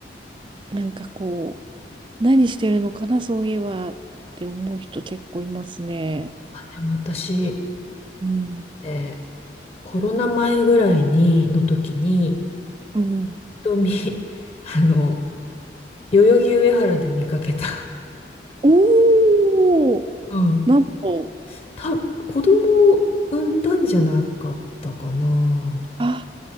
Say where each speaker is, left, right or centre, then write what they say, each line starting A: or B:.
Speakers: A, on the right; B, on the left.
A: なんかこう、何してるのかな、そういえばって思う人結構いますね。
B: でも私、
A: うん。
B: えーコロナ前ぐらいに、の時に、
A: うん。
B: 瞳、<laughs> あの、代々木上原で見かけた。
A: おー
B: <laughs> うん。
A: なんと、
B: た、子供を産んだんじゃなかったかな。
A: あ、